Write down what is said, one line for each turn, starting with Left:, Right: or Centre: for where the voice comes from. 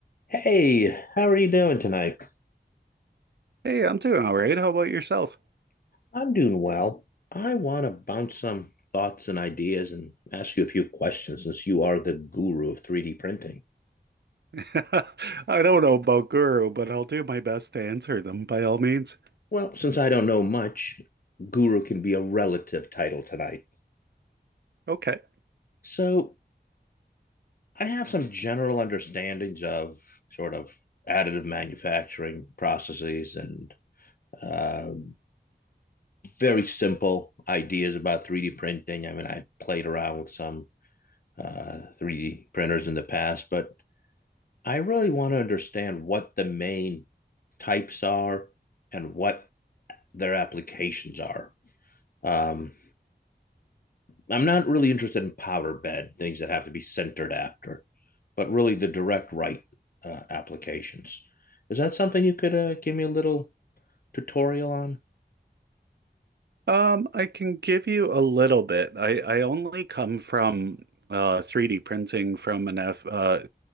Left: Hey, how are you doing tonight?
Right: Hey, I'm doing all right. How about yourself?
Left: I'm doing well. I want to bounce some thoughts and ideas and ask you a few questions since you are the guru of 3D printing.
Right: <laughs> I don't know about Guru, but I'll do my best to answer them by all means.
Left: Well, since I don't know much, guru can be a relative title tonight.
Right: Okay.
Left: So, I have some general understandings of sort of additive manufacturing processes and uh, very simple ideas about 3D printing. I mean, I played around with some uh, 3D printers in the past, but I really want to understand what the main types are and what their applications are. Um, I'm not really interested in powder bed, things that have to be centered after, but really the direct write uh, applications. Is that something you could uh, give me a little tutorial on?
Right: Um, I can give you a little bit. I, I only come from uh, 3D printing from an F, uh,